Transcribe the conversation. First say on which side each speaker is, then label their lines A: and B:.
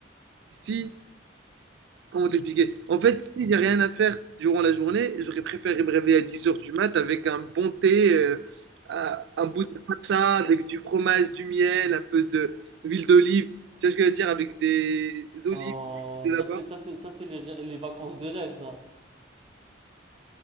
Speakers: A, on the right (about 65°); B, on the right (about 30°).
A: si Comment t'expliquer? En fait, si j'ai rien à faire durant la journée, j'aurais préféré me réveiller à dix heures du mat avec un bon thé, euh, un un bout de pizza avec du fromage, du miel, un peu de- d'huile d'olive. Tu vois ce que je veux dire? Avec des olives
B: Oh,
A: de là-bas.
B: ça c'est, ça c'est, ça c'est les, rê- les vacances de rêve, ça.